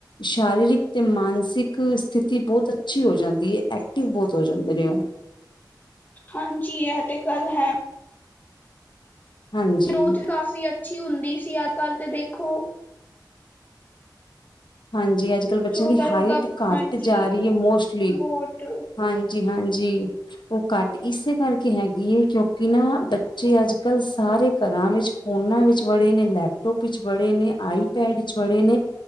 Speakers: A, on the left (about 85°); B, on the left (about 25°).
A: ਸ਼ਰੀਰਿਕ ਤੇ ਮਾਨਸਿਕ ਸਥਿਤੀ ਬਹੁਤ ਅੱਛੀ ਹੋ ਜਾਂਦੀ ਹੈ ਐਕਟਿਵ ਬਹੁਤ ਹੋ ਜਾਂਦੇ ਨੇ ਉਹ
B: ਹਾਂਜੀ ਇਹ ਤੇ ਗੱਲ ਹੈ
A: ਹਾਂਜੀ
B: ਗਰੋਥ ਵੀ ਕਾਫੀ ਅੱਛੀ ਹੁੰਦੀ ਸੀ ਅੱਜ ਕੱਲ੍ਹ ਤੇ ਦੇਖੋ
A: ਹਾਂਜੀ ਅੱਜ ਕੱਲ੍ਹ ਬੱਚਿਆਂ
B: ਚੌਦਾਂ
A: ਦੀ ਹਾਈਟ
B: ਚੌਦਾਂ
A: ਘੱਟ
B: ਹਾਂਜੀ
A: ਜਾ ਰਹੀ ਹੈ ਮੋਸਟਲੀ
B: ਬਹੁਤ
A: ਹਾਂ ਜੀ ਹਾਂਜੀ ਉਹ ਘੱਟ ਇਸੇ ਕਰਕੇ ਹੈਗੀ ਹੈ ਕਿਉਂਕਿ ਨਾ ਬੱਚੇ ਅੱਜ ਕੱਲ੍ਹ ਸਾਰੇ ਘਰਾਂ ਵਿੱਚ ਫੋਨਾ ਵਿੱਚ ਬੜੇ ਨੇ ਲੈਪਟੋਪ ਵਿਚ ਬੜੇ ਨੇ ਆਈਪੈਡ ਵਿਚ ਬੜੇ ਨੇ